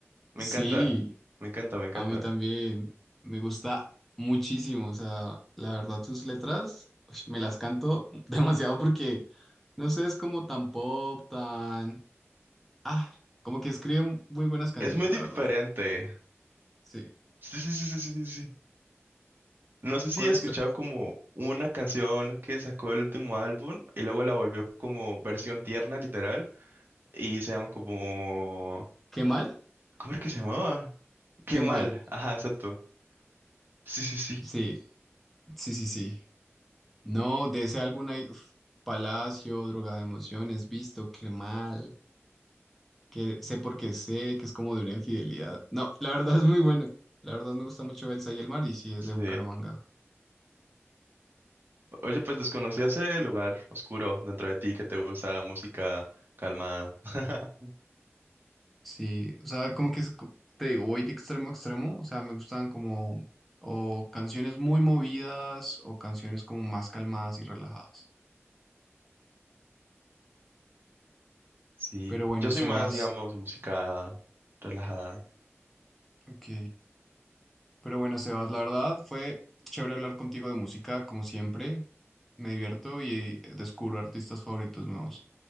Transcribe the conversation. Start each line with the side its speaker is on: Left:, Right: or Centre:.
Right: Me
Centre: Sí,
Right: encanta, me encanta, me encanta.
Centre: A mí también me gusta muchísimo, o sea, la verdad sus letras ush, me las canto <laughs> demasiado porque, no sé, es como tan pop, tan... Ah, como que escribe muy buenas canciones,
Right: Es muy diferente.
Centre: la verdad. Sí.
Right: Sí, sí, sí, sí, sí, sí. sí. No sé si
Centre: ¿Cuál
Right: he escuchado
Centre: está?
Right: como una canción que sacó el último álbum y luego la volvió como versión tierna, literal, y se llama como...
Centre: ¿Qué mal?
Right: ¿Cómo era que se llamaba? Qué
Centre: ¿Qué
Right: mal.
Centre: mal?
Right: Ajá, exacto. Sí, sí, sí.
Centre: Sí, sí, sí, sí. No, de ese álbum hay uf, Palacio, Droga de Emociones, Visto, Qué mal, que sé porque sé, que es como de una infidelidad. No, la verdad es muy bueno. La verdad me gusta mucho Elsa y el mar y sí, es
Right: Sí.
Centre: de Bucaramanga.
Right: Oye, pues desconocí ese lugar oscuro dentro de ti que te gusta la música calmada. <laughs>
Centre: Sí, o sea, como que es co- te digo, voy de extremo a extremo, o sea, me gustan como o canciones muy movidas o canciones como más calmadas y relajadas.
Right: Sí,
Centre: Pero bueno,
Right: yo soy
Centre: Sebas,
Right: más, digamos, música relajada.
Centre: ok. Pero bueno, Sebas, la verdad fue chévere hablar contigo de música, como siempre. Me divierto y descubro artistas favoritos nuevos.